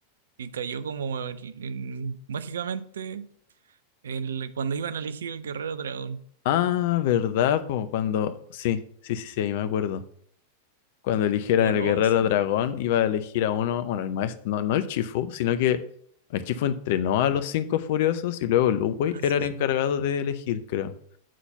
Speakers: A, on the right; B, on the left.
A: y cayó como en- en- mágicamente el, cuando iban a elegir el guerrero dragón.
B: Ah, ¿verdad? po? Cuando. Sí, sí, sí, sí, ahí me acuerdo. Cuando eligieran
A: Voló
B: el guerrero
A: así.
B: dragón, iba a elegir a uno. Bueno, el maestro. No, no el Chifu, sino que el Chifu entrenó a los cinco furiosos y luego Lu Wei
A: Ah,
B: era
A: sí,
B: el
A: sí.
B: encargado de elegir, creo.